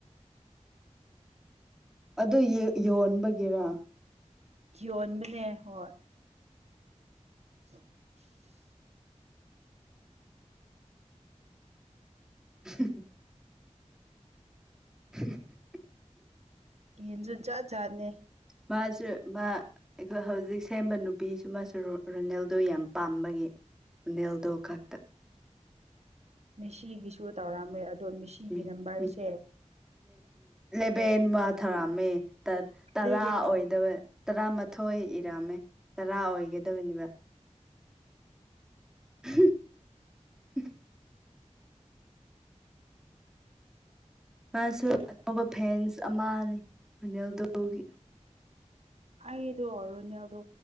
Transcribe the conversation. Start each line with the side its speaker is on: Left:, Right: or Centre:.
Centre: <unintelligible> ꯑꯗꯨ ꯌꯣꯟꯕꯒꯤꯔ
Right: ꯌꯣꯟꯕꯅꯦ ꯍꯣꯏ <unintelligible>
Centre: <unintelligible> <unintelligible>
Right: ꯌꯦꯟꯁꯨ ꯆꯥꯠ ꯆꯥꯠꯅꯦ
Centre: ꯃꯥꯁꯨ ꯃꯥ ꯑꯩꯈꯣꯏ ꯍꯧꯖꯤꯛ ꯁꯦꯝꯕ ꯅꯨꯄꯤꯁꯨ ꯃꯥꯁꯨ ꯔꯨꯅꯦꯜꯗꯣ ꯌꯥꯝ ꯄꯥꯝꯕꯒꯤ ꯅꯅꯤꯦꯜꯗꯣ ꯈꯛꯇ
Right: ꯃꯤꯦꯁꯤꯒꯤꯁꯨ ꯇꯧꯔꯝꯑꯝꯃꯦ ꯑꯗꯣ ꯃꯤꯦꯁꯤꯒꯤ
Centre: ꯃꯤ
Right: ꯅꯝꯕꯔꯁꯦ
Centre: ꯃꯤ ꯏꯂꯦꯚꯦꯟ ꯑꯃ ꯊꯥꯔꯝꯃꯦ ꯇꯔꯥ
Right: ꯑꯗꯒꯤ
Centre: ꯑꯣꯏꯗꯕ ꯇꯔꯥ ꯑꯊꯣꯏ ꯏꯔꯝꯃꯦ ꯇꯔꯥ ꯑꯣꯏꯒꯗꯕꯅꯦꯕ <unintelligible> ꯃꯥꯁꯨ ꯑꯅꯧꯕ ꯐꯦꯟꯁ ꯑꯃꯅꯤꯅꯤꯜꯗꯨꯒꯤ
Right: ꯑꯩꯗꯣ ꯔꯣꯅꯦꯜꯗꯣ